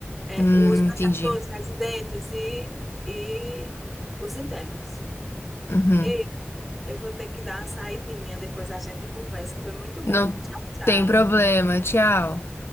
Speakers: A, in the centre; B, on the left.
A: é,
B: Hum,
A: os preceptores,
B: entendi.
A: residentes e, e os internos.
B: Uhum.
A: E eu vou ter que dar uma saidinha, depois a gente conversa. Foi muito
B: Não
A: bom. Tchau, tchau.
B: tem problema. Tchau.